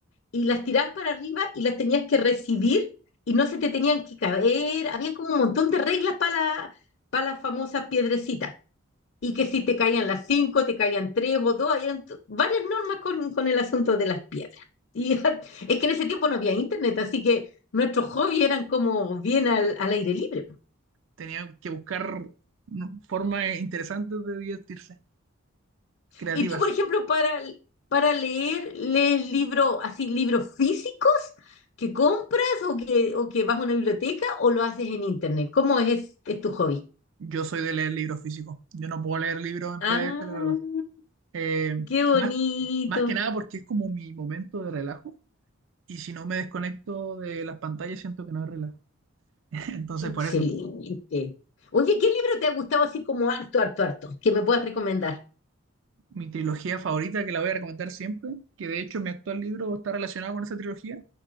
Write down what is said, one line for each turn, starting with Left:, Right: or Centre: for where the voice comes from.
Left: y las tirabas para arriba y las tenías que recibir y no se te tenían que caer. Habían como un montón de reglas para la, para las famosas piedrecitas. Y que si te caían las cinco, te caían tres o dos, eran t- varias normas con, con el asunto de las piedras. Y <laughs> es que en ese tiempo no había internet, así que nuestros hobbies eran como bien al, al aire libre.
Right: Tenía que buscar ¿no? formas interesantes de divertirse, creativas.
Left: Y tú, por ejemplo, para, para leer, lees libros así, libros físicos que compras o que, o que vas a una biblioteca o lo haces en internet. ¿Cómo es, es tu hobby?
Right: Yo soy de leer libros físicos. Yo no puedo leer libros en
Left: Ah,
Right: PDF, la verdad. Eh,
Left: qué bonito.
Right: más, más que nada porque es como mi momento de relajo. Y si no me desconecto de las pantallas, siento que no es relajo. <laughs> Entonces,
Left: Excelente.
Right: por eso,
Left: Oye, ¿qué libro te ha gustado así como harto, harto, harto? Que me puedas recomendar.
Right: mi trilogía favorita, que la voy a recomendar siempre, que de hecho mi actual libro está relacionado con esa trilogía,